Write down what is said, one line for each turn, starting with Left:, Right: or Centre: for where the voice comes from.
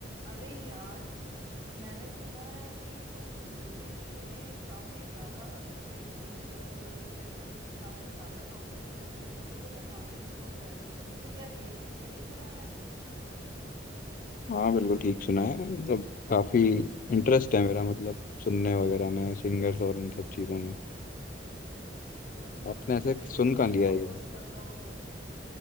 Right: अरे यार मैंने सुना है कि तुम म्यूजिक में काफी ज्यादा अच्छे हो मतलब कह लो कि काफी ज्यादा सॉन्ग्स वगैरह सुनते हो और तुम्हें नॉलेज भी बहुत है तो क्या यही सही सुना है मैंने
Left: हाँ बिल्कुल ठीक सुना है मतलब काफी इंटरेस्ट है मेरा मतलब सुनने वगैरह में सिंगर्स और इन सब चीजों में
Right: अच्छा
Left: आपने ऐसे
Right: फिर तो
Left: सुन
Right: तुम्हें
Left: कहाँ लिया
Right: बहुत
Left: ये
Right: कुछ पता होगा